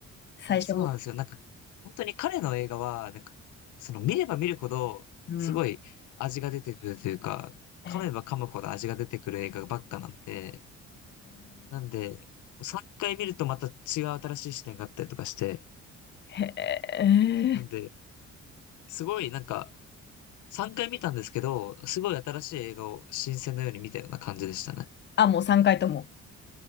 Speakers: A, on the left (about 35°); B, on the left (about 75°).
A: 最初見、
B: あ、そうなんですよ。なんか、本当に彼の映画は、なんか、その見れば見るほど、
A: うん。
B: すごい味が出てくるというか、
A: へえ、
B: 噛めば噛むほど味が出てくる映画ばっかなんで、なんで、3回見るとまた違う新しい視点があったりとかして、
A: へえ。
B: なんで、すごいなんか、3回見たんですけど、すごい新しい映画を新鮮のように見たような感じでしたね。
A: あ、もう3回とも。